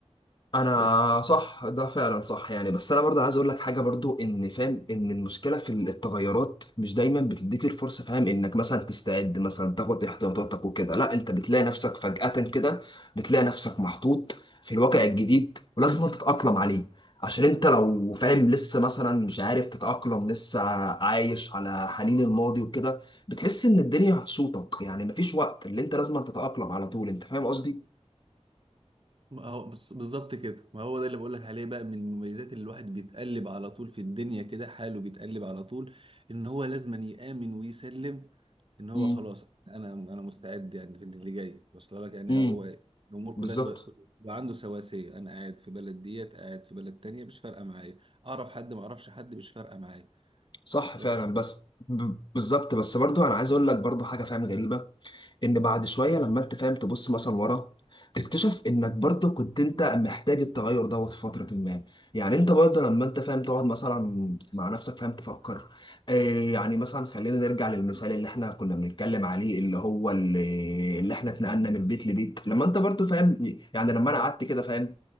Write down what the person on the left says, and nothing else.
انا
صح ده فعلا صح يعني بس انا برضه عايز اقول لك حاجه برضه ان فاهم ان المشكله في التغيرات مش دايما بتديك الفرصه فاهم انك مثلا تستعد مثلا تاخد احتياطاتك وكده لا انت بتلاقي نفسك فجاه كده بتلاقي نفسك محطوط في الواقع الجديد ولازم أنت تتاقلم عليه عشان انت لو فاهم لسه مثلا مش عارف تتاقلم لسه عايش على حنين الماضي وكده بتحس ان الدنيا هتشوطك يعني مفيش وقت اللي انت لازم تتاقلم على طول انت فاهم قصدي
امم
امم
بالظبط
صح
فعلا
بس ب- بالظبط بس برضو انا عايز اقول لك برضو حاجه فاهم غريبه ان بعد شويه لما انت فاهم تبص مثلا ورا تكتشف انك برضو كنت انت محتاج التغير دوت في فتره ما يعني انت برضو لما انت فاهم تقعد مثلا مع نفسك فاهم تفكر آه يعني مثلا خلينا نرجع للمثال اللي احنا كنا بنتكلم عليه اللي هو اللي, اللي احنا اتنقلنا من بيت لبيت لما انت برضو فاهم يعني لما انا قعدت كده فاهم